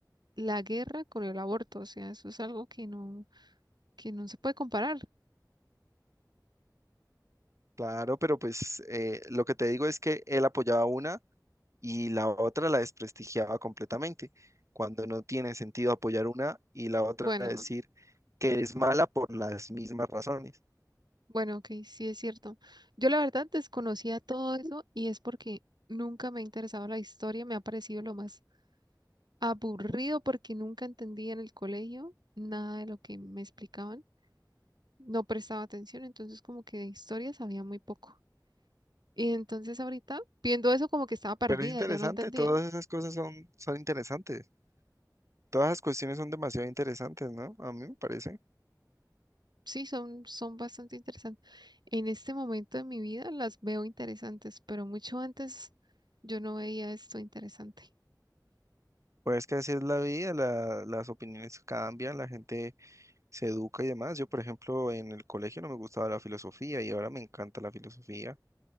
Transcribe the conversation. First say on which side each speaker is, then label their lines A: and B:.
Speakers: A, on the right; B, on the right.
A: la guerra con el aborto, o sea, eso es algo que no, que no se puede comparar.
B: Claro, pero pues eh, lo que te digo es que él apoyaba una. y la otra la desprestigiaba completamente, cuando no tiene sentido apoyar una y la otra
A: Bueno,
B: decir que es mala por las mismas razones.
A: Bueno, ok, sí es cierto. Yo la verdad desconocía todo eso y es porque nunca me ha interesado la historia, me ha parecido lo más aburrido porque nunca entendía en el colegio nada de lo que me explicaban, no prestaba atención, entonces como que de historia sabía muy poco. Y entonces ahorita viendo eso como que estaba perdida,
B: Pero es interesante,
A: yo no entendía.
B: todas esas cosas son, son interesantes. Todas las cuestiones son demasiado interesantes, ¿no? A mí me parece.
A: Sí, son, son bastante interesantes. En este momento de mi vida las veo interesantes, pero mucho antes yo no veía esto interesante.
B: Pues es que así es la vida, la- las opiniones cambian, la gente se educa y demás. Yo, por ejemplo, en el colegio no me gustaba la filosofía y ahora me encanta la filosofía.